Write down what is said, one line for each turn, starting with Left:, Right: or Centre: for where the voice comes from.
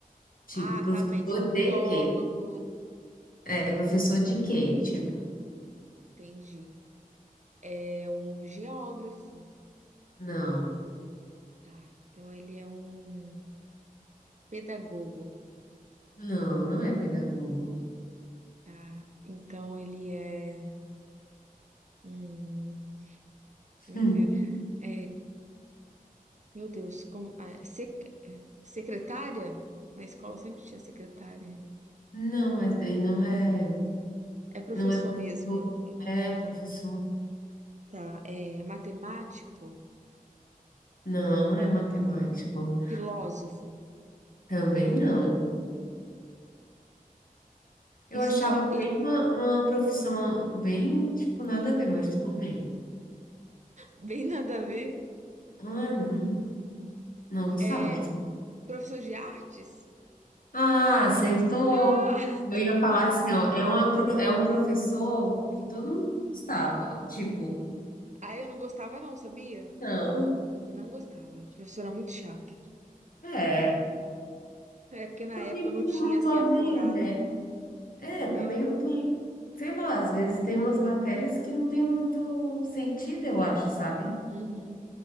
Left: Tipo,
Right: Ah,
Left: professor
Right: tá bem, tipo biólogo.
Left: de quê? É, professor de quê? Tipo,
Right: Entendi. É um geógrafo.
Left: não,
Right: Tá. Então ele é um pedagogo.
Left: não, não é pedagogo.
Right: Tá. Então ele é um, meu
Left: <laughs>
Right: Deus. É, meu Deus, como ah, sec- secretária? Na escola sempre tinha secretária.
Left: Hum, Não, mas daí não é,
Right: É professor
Left: não é professor.
Right: mesmo,
Left: É professor.
Right: tá? É matemático,
Left: Não, não é matemático.
Right: filósofo,
Left: Também não. Eu
Right: histó...
Left: achava
Right: e-
Left: bem uma, uma profissão bem, tipo, nada a ver, mas tudo bem.
Right: bem nada a ver.
Left: Ah, não, não gostava.
Right: É
Left: Tipo.
Right: professor de artes?
Left: Ah, acertou.
Right: Ah!
Left: Eu ia falar assim, ó, é uma, pro- é um professor que todo mundo gostava. Tipo,
Right: Aí eu não gostava não, sabia?
Left: não,
Right: Não gostava. A Professora muito chata.
Left: é.
Right: É porque na
Left: Também
Right: época eu
Left: não
Right: não
Left: tem
Right: tinha
Left: muito
Right: assim
Left: a
Right: aflorado.
Left: ver, né? É, também
Right: Quê?
Left: não tem, sei lá, às vezes tem umas matérias que não tem muito sentido, eu acho, sabe?
Right: Uhum.